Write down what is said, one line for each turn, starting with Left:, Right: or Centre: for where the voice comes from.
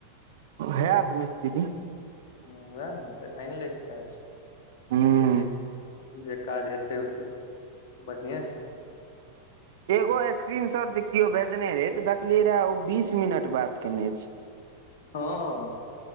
Right: हयत मिस्त्री
Left: ह वए ने तऽ अआनिलोके छै
Right: हूँ
Left: जे काज हेतै ओ तऽ बढ़ियाछै
Right: एगो स्क्रीन शॉट जे केओ भेजने रहे तऽ दखलियै रहे ओ बीस मिनट बात केने छै
Left: हँ हँ हँ